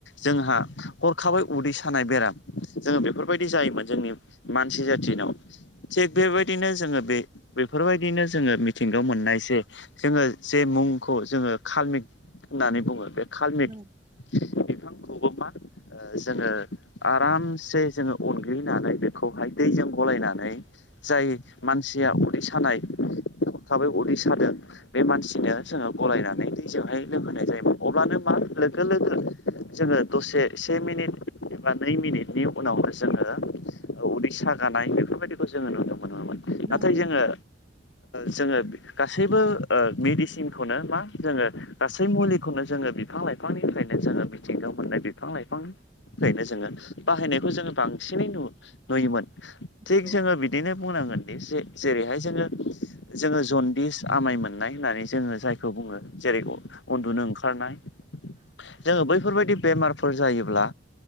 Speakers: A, on the left; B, on the right.
A: जोंहा हरखाबै उदै सानाय बेराम जोङो बेफोरबायदि जायोमोन जोंनि मानसि जाथिनाव थिग बेबायदिनो जोंङो बे बेफोरबायदिनो जोंङो मिथिंगायाव मोननाय जे जोङो जे मुंखौ जोंङो कालमिक होननानै बुङो बे कालमिक
B: नंगौ
A: बिफांखौबो मा जोंङो आरामसे जोंङो अनग्लिनानै बे खौहाय दैजों गलायनानै जाय मानसिया उदै सानाय हरखाबै उदै सादों बे मानसिनो जोंङो गलायनानै दै जजोंहाय लोंहोनाय जायोमोन अब्लानो मा लोगो लोगो जोंङो दसे से मिनिट एबा नै मिनिटनि उनावनो जोंङो उदै सागानाय बेफोरबायदिखौ जोंङो नुनो मोनोमोन
B: नंगौ
A: नाथाय जोंङो जोंङो गासैबो मेडिसिन नो मा जोंङो गासै मुलिखौनो जोंङो बिफांनिफ्रायनो जोंङो मिथिंगायाव मोननाय बिफां लाइफां नो जोंङो बाहायनायखौ जोंङो बांसिनै नुयोमोन
B: नंगौ
A: थिग जोंङो बि दिनो बुंनांगोन दि जे जेरैहाय जोंङो जोंङो जनदिस आमाय मोन मोननाय होननानै जोंङो जायखौ बुंङो जेरै उन्दुनो ओंखारनाय
B: <inaudible>
A: जोंङो बैफोरबायदि बेमारफोर जायोब्ला